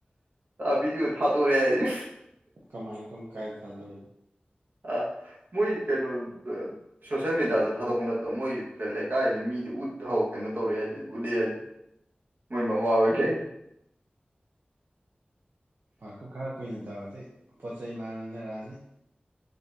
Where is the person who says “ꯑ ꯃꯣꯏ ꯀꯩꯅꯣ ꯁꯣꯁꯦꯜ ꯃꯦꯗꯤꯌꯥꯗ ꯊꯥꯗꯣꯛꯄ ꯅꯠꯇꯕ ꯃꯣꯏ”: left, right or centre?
Right